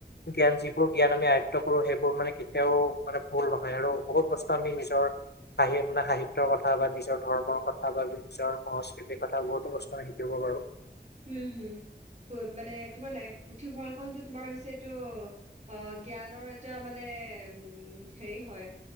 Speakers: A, on the left; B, on the right.
A: জ্ঞান যিবোৰ জ্ঞান আমি আয়ত্ব কৰো সেইবোৰ মানে কেতিয়াও মানে ভুল নহয় আৰু বহুত বস্তু আমি নিজৰ- মানে সাহিত্যৰ কথা বা নিজৰ ধৰ্মৰ কথা বা নিজৰ সংস্কৃতি - কথা বহুতো বস্তু আমি শিকিব পাৰো।
B: উম হুম, মানে তোমাৰ লাই পুথিভঁৰাল খনটো তোমাৰ হৈছে এইটো- অ জ্ঞানৰ এটা মানে উ, হেৰি হয়-